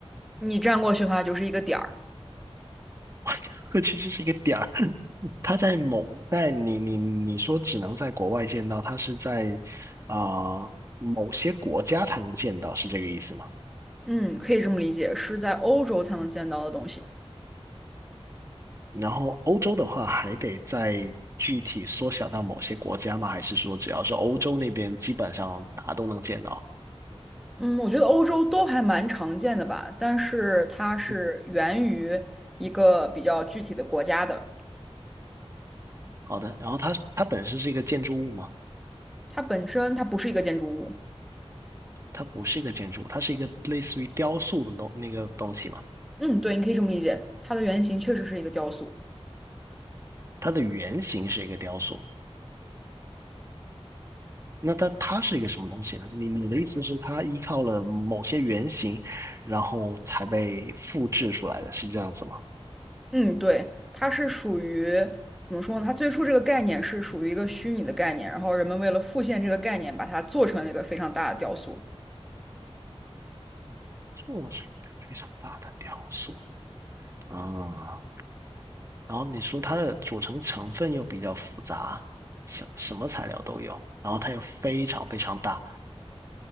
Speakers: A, in the centre; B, on the right (about 30°).
A: 你站过去的话就是一个点儿，
B: <laughs> 或其实是一个点儿。他在某在你你你说只能在国外见到，他是在啊、呃某些国家才能见到，是这个意思吗？
A: 嗯，可以这么理解，是在欧洲才能见到的东西。
B: 然后欧洲的话，还得再具体缩小到某些国家吗？还是说只要是欧洲那边，基本上哪都能见到？
A: 嗯，我觉得欧洲都还蛮常见的吧，但是它是源于一个比较具体的国家的，
B: 嗯，好的。然后它它本身是一个建筑物吗？
A: 它本身它不是一个建筑物。
B: 它不是一个建筑物，它是一个类似于雕塑的东那个东西嘛？
A: 嗯，对，你可以这么理解，它的原型确实是一个雕塑。
B: 它的原型是一个雕塑。那它它是一个什么东西呢？你你的意思是它依靠了某些原型，然后才被复制出来的，是这样子吗？
A: 嗯，对，它是属于怎么说呢？它最初这个概念是属于一个虚拟的概念，然后人们为了复现这个概念，把它做成了一个非常大的雕塑。
B: 做成非常大的雕塑啊，然后你说它的组成成分又比较复杂，什什么材料都有，然后它又非常非常大，